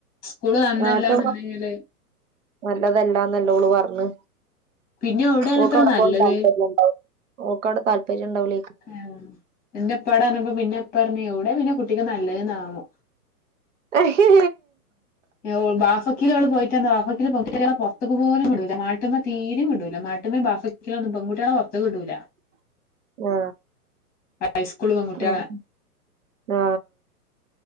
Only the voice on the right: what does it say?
നാട്ട് നല്ലതല്ലാന്നല്ലോള് പറഞ്ഞ്
ഓക്കവിടെ
പോവാൻ താല്പര്യണ്ടാവുല്ല. ഓക്കവ്ടെ താൽപരൃണ്ടാവുല്ല.
ആഹ്
ആ
ഉ